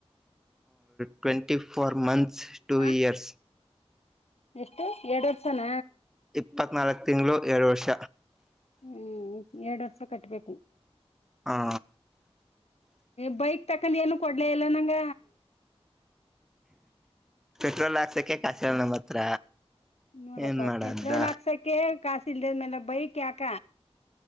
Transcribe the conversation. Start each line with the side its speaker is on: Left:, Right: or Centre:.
Centre: ಟ್ವೆಂಟಿ ಫೋರ್ ಮಂತ್ಸ್ ಟೂ
Left: ಹ
Centre: ಇಯರ್ಸ್
Left: ಎಷ್ಟು ಎರಡ್ ವರ್ಸನ
Centre: ಇಪ್ಪತ್ತ್ನಾಲ್ಕು ತಿಂಗಳು ಎರಡು ವರ್ಷ
Left: ಹ್ಮ್ ಎರಡ್ ವರ್ಷ ಕಟ್ಬೇಕ
Centre: ಹ
Left: ಬೈಕ್ ತಕಂದ ಏನು ಕೊಡ್ಲ ಇಲ್ಲ ನಂಗ
Centre: ಪೆಟ್ರೋಲ್ ಹಾಕ್ಸಕ್ಕೆ ಕಾಸಲ್ಲ ನಮ್ಮ ಹತ್ರ
Left: ನೋಡಪ್ಪ
Centre: ಏನ್ ಮಾಡದ
Left: ಪೆಟ್ರೋಲ್ ಹಾಕ್ಸಕ ಕಾಸಿ ಇಲ್ದೇದ್ಮೇಲೆ ಬೈಕ್ ಯಾಕ